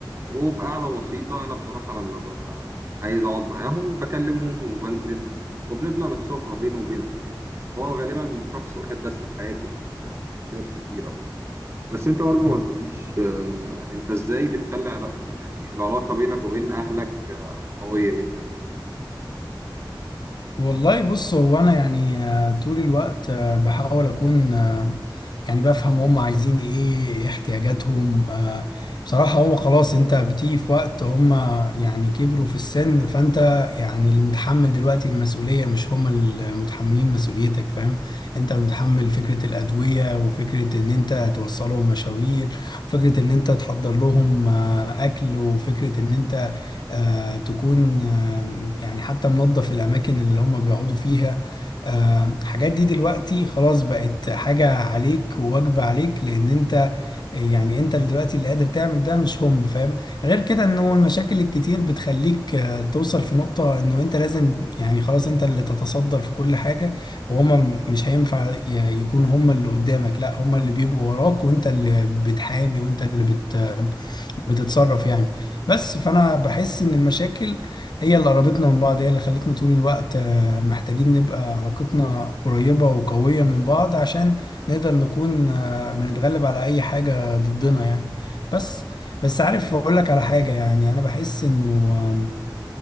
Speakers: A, on the right; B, on the left.
A: وبقعدة بسيطة أنا بصراحة لما ببقى عايز أقعد معاهم بكلمهم وبنزل وبنبدأ نتصافى بيني وبينهم يعني هو غالبا شخص واحد بس في حياتي مش مش شخصيات كتيرة برضه بس انت برضه ما
B: مم.
A: قلتليش آه، انت ازاي بتخلي علاقة يعني العلاقة بينك وبين اهلك آه، قوية جدا
B: والله بص هو انا يعني آه، طول الوقت آه، بحاول اكون آه، يعني بفهم هم عايزين ايه إيه احتياجاتهم آه، بصراحة هو خلاص انت بتيجي في وقت هم يعني كبروا في السن فانت يعني المتحمل دلوقتي المسؤولية مش هم المتحملين مسؤوليتك فاهم انت المتحمل فكرة الأدوية وفكرة ان انت توصلهم مشاوير وفكرة ان انت تحضر لهم آه، اكل وفكرة ان انت آه، تكون آم، يعني حتى منظف الأماكن اللي هم بيقعدوا فيها آه، الحاجات دي دلوقتي خلاص بقت حاجة عليك وواجبة عليك لأن أنت يعني أنت اللي دلوقتي اللي قادر تعمل ده مش هم فاهم غير كده إنه المشاكل الكتير بتخليك آه، توصل في نقطة إنه أنت لازم يعني خلاص أنت اللي تتصدر في كل حاجة وهم م- مش هينفع ي- يكونوا هم اللي قدامك لا هم اللي بيبقوا وراك وأنت اللي بتحامي وأنت اللي بت بتتصرف يعني بس فانا بحس ان المشاكل هي اللي قربتنا من بعض هي اللي خلتنا طول الوقت آه، محتاجين نبقى علاقتنا قريبة وقوية من بعض عشان نقدر نكون آه، بنتغلب على اي حاجة ضدنا يعني بس بس عارف اقول لك على حاجة يعني انا بحس انه آم،